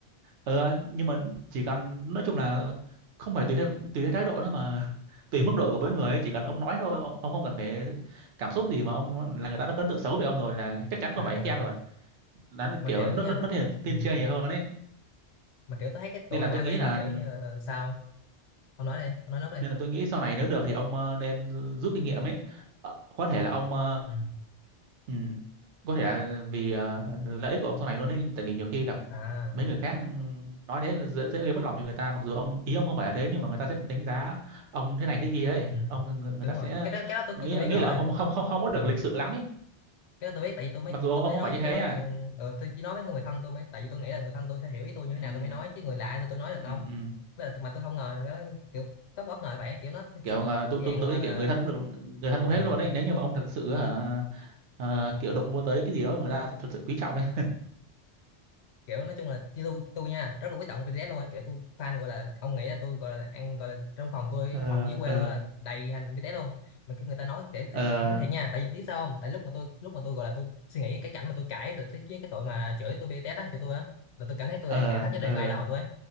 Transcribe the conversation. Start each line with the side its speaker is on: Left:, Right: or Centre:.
Right: ừ, nhưng mà chỉ cần nói chung là không phải tùy theo tùy theo thái độ đó mà <laughs> tùy
Left: ừ.
Right: mức độ của mỗi người ấy, chỉ cần ông nói thôi ông không cần phải cảm xúc gì mà ông là người ta đã có ấn tượng xấu về ông rồi là chắc chắn không
Left: à
Right: phải khen rồi là nó
Left: mà
Right: kiểu
Left: kiểu
Right: nó
Left: nha
Right: nó, nó thiên thiên
Left: ừ.
Right: chê nhiều hơn ấy
Left: mà kiểu tôi thấy cái tụi
Right: nên là
Left: mà
Right: tôi
Left: ami
Right: nghĩ là
Left: mà kiểu như là- sao ông nói đi ông nói nốt đi
Right: nên là tôi nghĩ sau này nếu được thì ông ờ, nên rút kinh nghiệm ấy Ờ, có thể là ông ờ,
Left: ừ.
Right: ừ, có thể là vì ờ, lợi ích của ông sau này luôn ấy tại vì nhiều khi gặp
Left: à
Right: mấy người khác ừ, nói thế dễ, dễ gây mất lòng cho người ta mặc dù ông ý ông không phải là thế nhưng mà người ta sẽ đánh giá ông thế này thế kia ấy
Left: ừ.
Right: ông người, người
Left: đúng
Right: ta
Left: rồi
Right: sẽ
Left: cái đó cái đó tất
Right: nghĩ
Left: nhiên tôi biết
Right: nghĩ
Left: rồi
Right: là ông không không không không có được
Left: ừ.
Right: lịch sự lắm ấy
Left: cái đó tôi biết tại vì tôi mới
Right: mặc dù ông,
Left: tôi
Right: ông
Left: mới
Right: không
Left: nói
Right: phải như
Left: gì
Right: thế
Left: chứ người-
Right: nha
Left: ừ, ờ, tôi chỉ nói với người thân tôi mới tại vì tôi nghĩ là người thân tôi sẽ hiểu ý tôi như thế
Right: ừ,
Left: nào tôi mới nói chứ người lạ thì tôi nói được
Right: ừ,
Left: không
Right: ừ. ừ.
Left: với lại tôi- mà tôi không ngờ là nó kiểu rất bất ngờ bạn kiểu nó sẽ,
Right: kiểu
Left: sẽ thuộc
Right: ờ, tôi
Left: cái dạng
Right: tôi tôi
Left: mà
Right: nghĩ
Left: là
Right: kiểu người thân cũng được người thân cũng
Left: ờ,
Right: thế luôn ấy nếu như mà ông thật sự hả, ờ, kiểu đụng vô tới cái gì đó mà người ta thật, thật sự quý trọng ấy
Left: kiểu nói chung là như tôi tôi nha rất là quý trọng BTS luôn á kiểu tôi fan gọi là ông nghĩ là tôi gọi là ăn gọi là trong phòng tôi
Right: ờ
Left: phòng dưới quê
Right: ờ
Left: tôi là đầy hình BTS luôn mà cái người ta nói để cái
Right: ờ
Left: kiểu nó thiệt nha tại vì biết sao không tại lúc mà tôi lúc mà tôi gọi là tôi suy nghĩ cái cảnh mà tôi cãi tôi với cái tội mà chửi tôi BTS á chửi tôi á là tôi cảm thấy tôi
Right: ờ
Left: đang hạ thấp giá trị
Right: ờ
Left: của idol tôi á